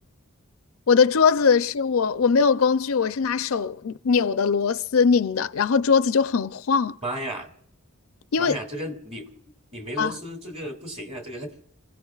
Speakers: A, on the left; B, on the right.
A: 我的桌子是我我没有工具，我是拿手扭的螺丝拧的，然后桌子就很晃，
B: <laughs> 妈呀！
A: 因为。
B: 妈呀，这个你你没螺丝，
A: 啊。
B: 这个不行啊，这个，